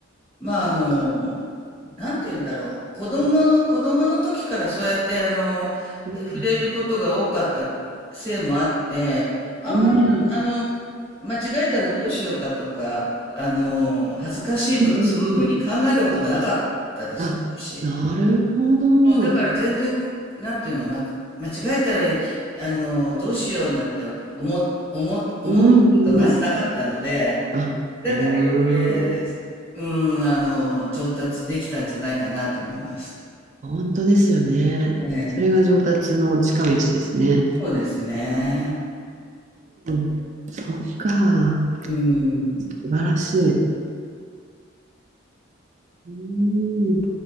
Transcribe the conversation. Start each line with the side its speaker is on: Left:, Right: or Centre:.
Left: まあ、あの、
Right: か
Left: なんて言うんだろう。子供の、子供の時からそうやって、あの、
Right: うん。
Left: 触れることが多かったせいもあって、あんまり、
Right: うん。
Left: あの、間違えたらどうしようかとか、あの、恥ずかしいとか、
Right: うん。うん。
Left: そういうふうに考えたことがなかったですね、
Right: うんあ、
Left: 私。
Right: なるほど。
Left: もうだから全然、こなんていうの、ま、間違えたら、あの、どうしようなんて思っ、思っ、思うことがまずなかったので、
Right: うんうん。あ、
Left: だから余計、
Right: うーん。
Left: うん、あの、上達できたんじゃないかなと思います。
Right: 本当ですよね。
Left: ええ、
Right: それが上達の近道ですね。
Left: そうですね。
Right: うん、そっか。
Left: うん。
Right: 素晴らしい。うーん。